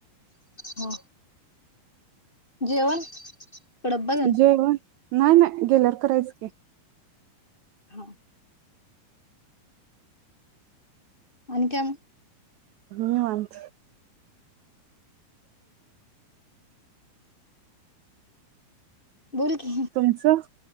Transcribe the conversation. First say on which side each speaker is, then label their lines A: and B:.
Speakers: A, on the left; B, on the right.
A: ह जेवण इकडं बघ आणि
B: जेवन. नाही नाही गेल्यावर करायचं की.
A: हा आणि काय म.
B: न्यू मथ
A: बोल की
B: तुमचं